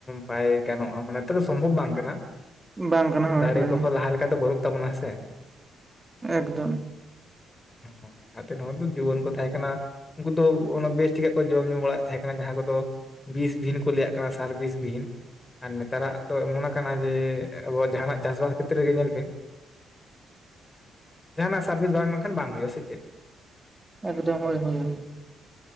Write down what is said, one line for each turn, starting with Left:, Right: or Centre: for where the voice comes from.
Left: ᱵᱟᱭ ᱜᱟᱱᱚᱜᱼᱟ ᱱᱤᱛᱚᱜ ᱫᱚ ᱥᱚᱢᱵᱷᱚᱵ ᱵᱟᱝ ᱠᱟᱱᱟ᱾
Right: ᱵᱟᱝ ᱠᱟᱱᱟ ᱦᱳᱭ
Left: ᱫᱟᱲᱮ
Right: ᱦᱳᱭ
Left: ᱠᱚᱦᱚᱸ ᱞᱟᱦᱟ ᱞᱮᱠᱟ ᱫᱚ ᱵᱟᱹᱱᱩᱜ ᱛᱟᱵᱚᱱᱟ ᱦᱮᱸ ᱥᱮ?
Right: ᱮᱠᱫᱚᱢ,
Left: ᱦᱩ ᱦᱩ, ᱟᱛᱮ ᱱᱚᱣᱟ ᱫᱚ ᱡᱩᱣᱟᱹᱱ ᱠᱚ ᱛᱟᱦᱮᱸ ᱠᱟᱱᱟ ᱩᱱᱠᱩ ᱫᱚ ᱵᱮᱥ ᱴᱷᱤᱠ ᱟᱜ ᱠᱚ ᱡᱚᱢ ᱧᱩ ᱵᱟᱲᱟᱜ ᱛᱟᱦᱮᱸ ᱠᱟᱱᱟ ᱡᱟᱦᱟᱸ ᱠᱚᱫᱚ ᱵᱤᱥ ᱫᱷᱤᱱ ᱠᱚ ᱞᱟᱹᱭᱟᱜ ᱠᱟᱱᱟ ᱥᱟᱨ ᱵᱤᱥ ᱵᱤᱱ, ᱟᱨ ᱱᱮᱛᱟᱨᱟᱜ ᱫᱚ ᱮᱢᱚᱱ ᱟᱠᱟᱱᱟ ᱡᱮ ᱟᱵᱚ ᱡᱟᱦᱟᱱᱟᱜ ᱪᱟᱥᱵᱟᱥ ᱠᱷᱮᱛᱨᱮ ᱧᱮᱞ ᱵᱤᱱ, ᱡᱟᱦᱟᱱᱟᱜ ᱥᱟᱨᱵᱤᱥ ᱵᱟᱝ ᱮᱢᱠᱷᱟᱱ ᱵᱟᱝ ᱦᱩᱭᱩᱜᱼᱟ ᱥᱮ ᱪᱮᱫ?
Right: ᱮᱠᱫᱚᱢ ᱦᱳᱭ ᱦᱳᱭ ᱦᱳᱭ,